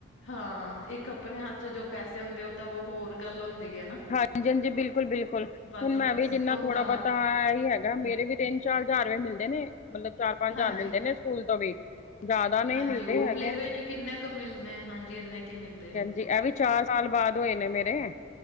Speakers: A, on the left; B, on the left.
A: ਹਾਂ, ਇੱਕ ਆਪਣੇ ਹੱਥ ਚ ਜੋ ਪੈਸੇ ਹੁੰਦੇ। ਉਹ ਤਾਂ ਉਹ ਹੋਰ ਗੱਲ ਹੁੰਦੀ ਐ ਨਾ।
B: ਹਾਂਜੀ-ਹਾਂਜੀ, ਬਿਲਕੁਲ- ਬਿਲਕੁਲ,
A: ਬਸ-ਬਸ
B: ਹੁਣ ਮੈਂ ਵੀ ਜਿੰਨਾ
A: ਉਹ
B: ਥੋੜਾ
A: ਤਾਂ
B: ਬਹੁਤਾ ਏਹੀ ਹੈਗਾ ਮੇਰੇ ਵੀ ਤਿੰਨ-ਚਾਰ ਹਜ਼ਾਰ ਮਿਲਦੇ ਨੇ ਮਤਲਬ ਚਾਰ- ਪੰਜ
A: ਹਾਂਜੀ।
B: ਹਜ਼ਾਰ ਮਿਲਦੇ ਨੇ ਸਕੂਲ ਤੋਂ ਵੀ ਜ਼ਿਆਦਾ ਨਹੀਂ
A: ਹਾਂਜੀ।
B: ਮਿਲਦੇ
A: ਉਹ
B: ਹੈਗੇ
A: ਪਲੇਵੇ ਵਿੱਚ ਕਿੰਨੇ ਕੁ ਮਿਲਣੇ ਐ, ਹਾਂਜੀ। ਇੰਨੇ ਕੀ ਮਿਲਦੇ ਐ।
B: ਜੀ ਇਹ ਵੀ ਚਾਰ ਸਾਲ ਬਾਅਦ ਹੋਏ ਨੇ ਮੇਰੇ।